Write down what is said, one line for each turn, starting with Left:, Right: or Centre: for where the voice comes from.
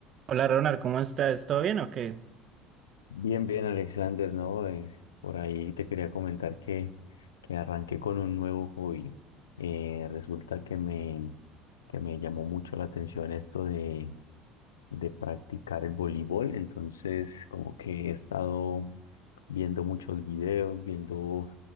Right: Hola Ronald, ¿cómo estás? ¿Todo bien o qué?
Left: Bien, bien, Alexander, ¿no? Eh, por ahí te quería comentar que, que arranqué con un nuevo hobby. Eh, resulta que me, que me llamó mucho la atención esto de, de practicar el voleibol, entonces como que he estado viendo muchos videos, viendo